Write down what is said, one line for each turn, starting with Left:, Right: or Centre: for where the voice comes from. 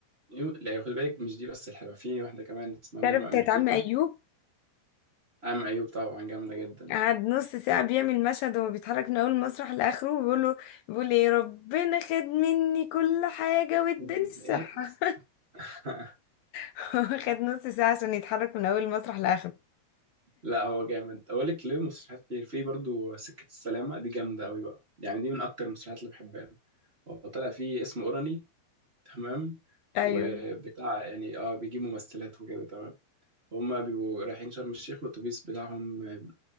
Right: لو- لا خد بالك مش دي بس الحلوة في واحدة كمان اسمها ماما
Left: تعرف بتاعت
Right: أمريكا
Left: عم ايوب
Right: عم أيوب طبعا جامدة جدا
Left: قعد نص ساعة بيعمل مشهد وهو بيتحرك من أول المسرح لآخره وبيقول له بيقول إيه ربنا خد مني كل حاجة واداني
Right: والناس-
Left: الصحة
Right: <laughs>
Left: <laughs> هو خد نص ساعة عشان يتحرك من أول المسرح لآخره
Right: لا هو جامد أقول لك له مسرحيات كتير في برضو سكة السلامة دي جامدة أوي بقى يعني دي من أكتر المسرحيات اللي بحبها هو طلع فيه اسمه أوراني تمام
Left: أيوه
Right: وبتاع يعني اه بيجيب ممثلات وكده تمام هما بيبقوا رايحين شرم الشيخ والاتوبيس بتاعهم ال-